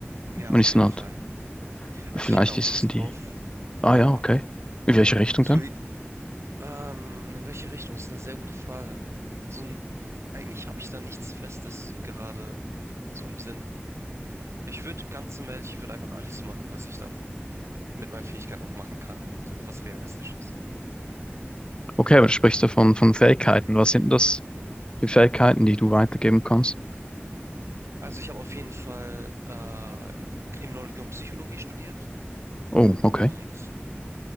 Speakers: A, on the right (about 80°); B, on the left (about 20°).
A: Ja,
B: Man
A: auf
B: ist
A: jeden
B: dann halt,
A: Fall. Also
B: vielleicht
A: ich hätte auch
B: ist
A: Lust
B: es die,
A: drauf,
B: ah
A: aber
B: ja, okay. In welche Richtung
A: so,
B: denn?
A: ähm, in welche Richtung? Das ist eine sehr gute Frage. So, ein- eigentlich habe ich da nichts Festes gerade so im Sinn. Ich würde, ganz zum ehrlich, ich würde einfach alles machen, was ich dann mit meinen Fähigkeiten auch machen kann in dem Sinne, was realistisch ist.
B: Okay, aber du sprichst ja von, von Fähigkeiten. Was sind denn das für Fähigkeiten, die du weitergeben kannst?
A: Also ich habe auf jeden Fall äh, Kriminologie und Psychologie studiert
B: Oh,
A: und
B: okay.